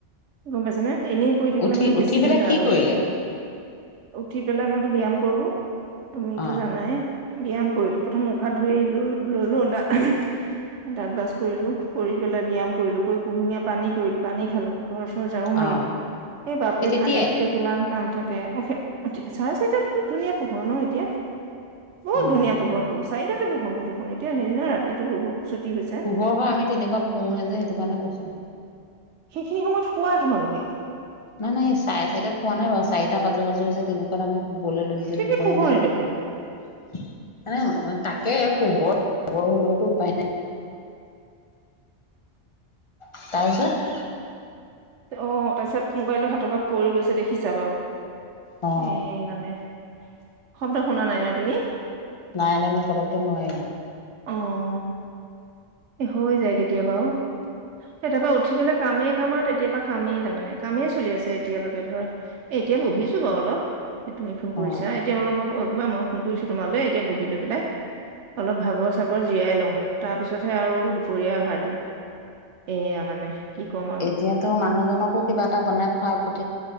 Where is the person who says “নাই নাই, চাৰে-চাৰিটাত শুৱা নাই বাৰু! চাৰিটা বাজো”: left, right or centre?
Left